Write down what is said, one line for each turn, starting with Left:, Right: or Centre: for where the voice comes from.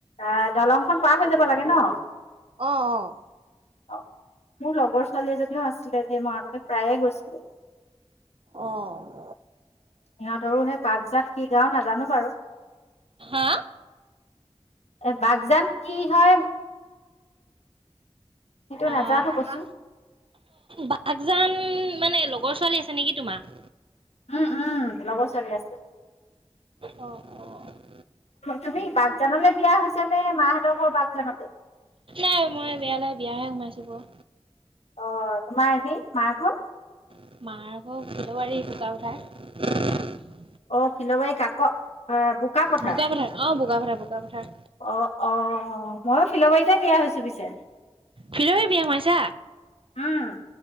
Left: অ', দলংখন পাৰ হৈ যাব লাগে ন'?
Right: অ', অ'।
Left: অ', মোৰ লগৰ ছোৱালী এজনীও আছিলে দে মই আগতে প্ৰায়ে গৈছিলো।
Right: অ'।
Left: সিহঁতৰো সেই বাগজাত কি গাওঁ নাজানো বাৰু।
Right: অ
Left: এ' বাগজান কি হয় সেইটো
Right: অ'
Left: নাজানো কৈছো
Right: বাগদান মানে লগৰ ছোৱালী আছে নেকি তোমাৰ?
Left: উম, উম লগৰ ছোৱালী আছে।
Right: অ' অ'।
Left: তুমি বাগজানলৈ বিয়া হৈছে নে মাহঁতৰ ঘৰ বাগজানতে।
Right: নাই মই <unintelligible> সোমাইছো বাৰু।
Left: অ', তোমাৰ এনে মাৰ ঘৰ?
Right: মাৰ ঘৰ <unintelligible>
Left: অ', ফিল'বাৰী কাক, বোকপথাৰ।
Right: বোকাপথাৰ
Left: অ',
Right: অ বোকাপথাৰ বোকাপথাৰ
Left: অ', ময়ো ফিলাবাৰীতে বিয়া হৈছো পিছে।
Right: ফিলাবাৰী বিয়া সোমাইছা।
Left: উম।